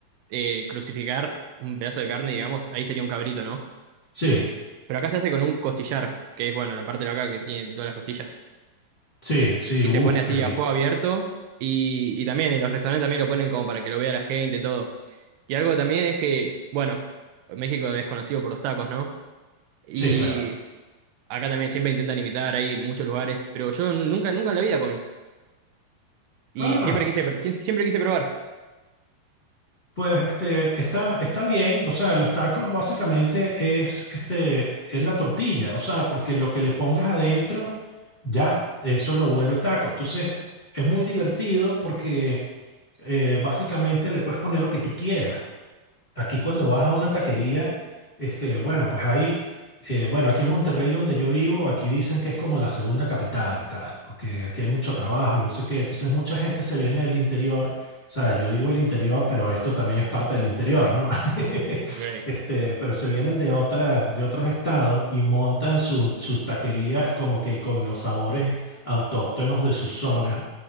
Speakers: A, on the right; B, on the left.
A: eh, crucificar un pedazo de carne, digamos, ahí sería un cabrito, ¿no?
B: Sí,
A: Pero acá se hace con un costillar, que es, bueno, la parte de acá que tiene todas las costillas.
B: sí, sí,
A: y
B: uff,
A: se pone así
B: qué bien.
A: a fuego abierto. Y, y también en los restaurantes también lo ponen como para que lo vea la gente, todo. Y algo también es que, bueno, México es conocido por los tacos, ¿no? Y
B: Sí, claro.
A: acá también siempre intentan imitar, hay muchos lugares, pero yo nu- nunca, nunca en la vida comí. Y
B: Ah,
A: siempre quise, pr- siempre quise probar.
B: Pues este, está, está bien, o sea, los tacos básicamente es, este, es la tortilla, o sea, porque lo que le pongas adentro, ya, eso lo vuelve taco. Entonces, es muy divertido porque eh, básicamente le puedes poner lo que tú quieras, aquí cuando vas a una taquería, este, bueno, pues hay, eh, bueno, aquí en Monterrey donde yo vivo, aquí dicen que es como la segunda capital y tal, porque aquí hay mucho trabajo y no sé qué, entonces mucha gente se viene del interior, o sea, yo digo el interior, pero esto también es parte del interior, ¿no? <laughs>
A: Ok,
B: Este, pero se vienen de otras, de otros estados y montan sus sus taquerías como que con los sabores autóctonos de su zona.